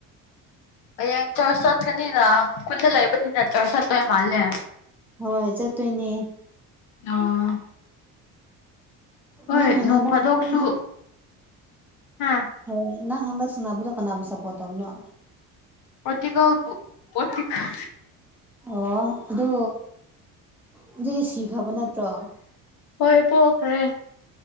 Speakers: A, on the left; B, in the centre.
A: ꯍꯌꯦꯡ ꯆ꯭ꯔꯁ ꯆꯠꯀꯅꯤꯅ ꯈꯨꯟꯗ ꯂꯩꯕꯅꯤꯅ ꯆ꯭ꯔꯁ ꯆꯠꯇꯣꯏ ꯃꯥꯜꯂꯦ
B: ꯍꯣꯏ ꯆꯠꯇꯣꯏꯅꯦ
A: ꯑ ꯍꯣꯏ
B: ꯅꯪ
A: ꯅꯣꯡ
B: ꯍꯟꯗꯛ
A: ꯐꯥꯗꯣꯛꯁꯨ
B: ꯅꯪ
A: ꯍꯥ
B: ꯑ ꯅꯪ ꯍꯟꯗꯛ ꯁꯅꯥꯕꯗꯣ ꯀꯅꯥꯕꯨ ꯁꯄꯣꯠ ꯇꯧꯅꯣ
A: ꯄꯣꯔꯇꯤꯀꯜꯕꯨ ꯄꯣꯔꯇꯤꯀꯜ
B: ꯑꯣ ꯑꯗꯨ ꯑꯗꯨꯗꯤ ꯁꯤꯈ꯭ꯔꯕ ꯅꯠꯇ꯭ꯔꯣ
A: ꯍꯣꯏ ꯄꯣꯛꯈ꯭ꯔꯦ